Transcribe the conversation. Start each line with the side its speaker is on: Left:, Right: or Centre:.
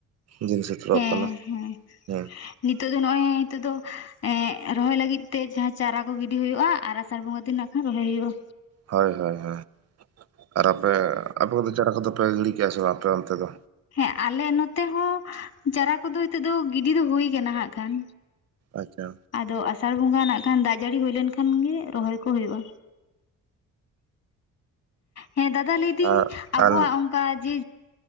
Right: ᱫᱤᱱ ᱥᱮᱴᱮᱨᱚᱜ
Left: ᱦᱮᱸ
Right: ᱠᱟᱱᱟ
Left: ᱦᱮᱸ
Right: ᱦᱮᱸ
Left: ᱱᱤᱛᱚᱜ ᱫᱚ ᱱᱚᱜ ᱚᱚᱭ ᱱᱤᱛᱚᱜᱜ ᱫᱚ ᱮᱸ ᱨᱚᱦᱚᱭ ᱞᱟᱹᱜᱤᱫ ᱛᱮ ᱡᱟᱦᱟᱸ ᱪᱟᱨᱟ ᱠᱚ ᱜᱤᱰᱤ ᱦᱩᱭᱩᱜᱼᱟ ᱟᱨ ᱟᱥᱟᱲ ᱵᱚᱸᱜᱟ ᱫᱤᱱ ᱱᱟᱜ ᱠᱷᱟᱱ ᱨᱚᱦᱚᱭ ᱦᱩᱭᱩᱜᱼᱟ
Right: ᱦᱳᱭ ᱦᱳᱭ ᱦᱳᱭ ᱟᱨ ᱟᱯᱮ <unintelligible> ᱟᱯᱮ ᱜᱤᱲᱤ ᱠᱮᱜᱟ ᱥᱮ ᱵᱟᱝ ᱟᱯᱮ ᱚᱱᱛᱮ ᱫᱚ
Left: ᱦᱮᱸ ᱟᱞᱮ ᱱᱚᱛᱮ ᱦᱚᱸ ᱪᱟᱨᱟ ᱠᱚᱫᱚ ᱱᱤᱛᱚᱜ ᱫᱚ ᱜᱤᱰᱤ ᱫᱚ ᱦᱩᱭ ᱠᱟᱱᱟ ᱦᱟᱜ ᱠᱷᱟᱱ
Right: ᱟᱪᱪᱷᱟ
Left: ᱟᱫᱚ ᱟᱥᱟᱲ ᱵᱚᱸᱜᱟ ᱱᱟᱜ ᱠᱷᱟᱱ ᱫᱟᱜ ᱡᱟᱹᱲᱤ ᱦᱩᱭ ᱞᱮᱱᱠᱷᱟᱱ ᱜᱮ ᱨᱚᱦᱚᱭ ᱠᱚ ᱦᱩᱭᱩᱜᱼᱟ ᱦᱮᱸ ᱫᱟᱫᱟ ᱞᱟᱹᱭᱫᱟᱹᱧ
Right: ᱟᱨ
Left: ᱟᱵᱚᱣᱟᱜ
Right: ᱟᱨ
Left: ᱚᱱᱠᱟ ᱡᱮ